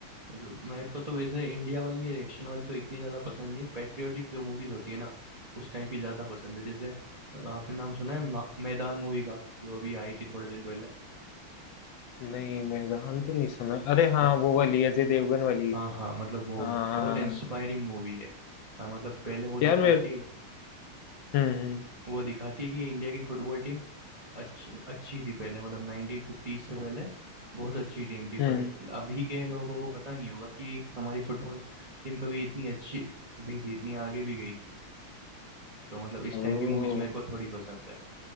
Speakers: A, on the right; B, on the left.
A: मतलब मेरे को तो वैसे इंडिया वाली ये एक्शन वाली तो इतनी ज्यादा पसंद नहीं पेट्रियोटिक जो मूवीज होती है ना उस टाइप की ज्यादा पसंद है जैसे अ, आपने नाम सुना है मा- मैदान मूवी का जो अभी आई थी थोड़े दिन पहले
B: नहीं मैदान तो नहीं सुना अरे हाँ
A: हाँ,
B: वो वाली अजय देवगन वाली
A: हाँ हाँ मतलब वो
B: हाँ हाँ
A: बहुत इंस्पायरिंग मूवी है हाँ, मतलब पहले वो दिखाती
B: यार मेरे
A: है
B: हम्म
A: वो दिखाती है कि इंडिया की फुटबॉल टीम अच्छी अच्छी थी पहले मतलब 1950 से पहले बहुत अच्छी टीम थी
B: हम्म
A: पर अभी के लोगों को पता नहीं होगा कि हमारी फुटबॉल टीम कभी इतनी अच्छी भी थी इतनी आगे भी गई थी तो मतलब इस
B: ओ
A: टाइम की मूवीज मेरे को थोड़ी पसंद है